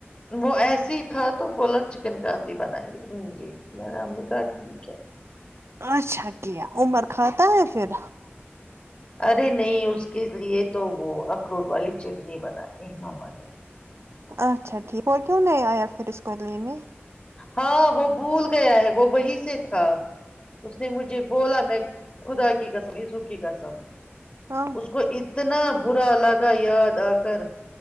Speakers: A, on the left; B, on the right.
A: وہ ایسے ہی تھا تو بولا چکن کانتی بنائیے جی میں رام نے کہا ٹھیک ہ
B: اچھا کیا عمر کھاتا ہے پھر
A: ارے نہیں اس کے لیے تو وہ اخروٹ والی چٹنی بنائے ہیں امی نے
B: اچھا ٹھیک وہ کیوں نہیں آیا پھر اس کو لینے
A: ہاں وہ بھول گیا ہے وہ وہی سے تھا اس نے مجھے بولا میں خدا کی قسم عزو کی قسم
B: ہاں
A: اس کو اتنا برا لگا یاد آ کر اس